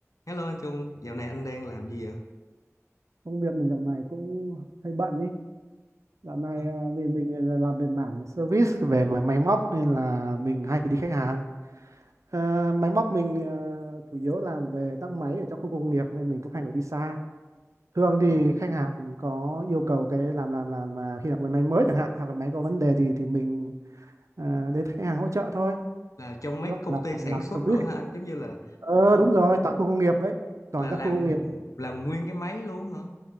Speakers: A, on the left; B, on the right.
A: Hello anh Trung, dạo này anh đang làm gì vậy?
B: công việc mình dạo này cũng hơi bận ý dạo này
A: Ờ,
B: à, vì mình là làm về mảng service về mà máy móc nên là mình hay phải đi khách hàng Ờ, máy móc mình ờ, chủ yếu làm về các máy ở trong khu công nghiệp nên mình cũng hay phải đi xa thường thì
A: Dạ,
B: khách hàng có yêu cầu cái làm làm làm mà khi là cái máy mới chẳng hạn hoặc là máy có vấn đề gì thì mình à, đến khách hàng hỗ trợ thôi
A: là trong mấy
B: gọi
A: công
B: là
A: ty sản
B: làm
A: xuất
B: service
A: đồ hả anh? Giống như là
B: ờ
A: cung
B: đúng rồi tại khu công nghiệp đấy toàn
A: là
B: các
A: làm
B: khu công nghiệp
A: làm nguyên cái máy luôn hả?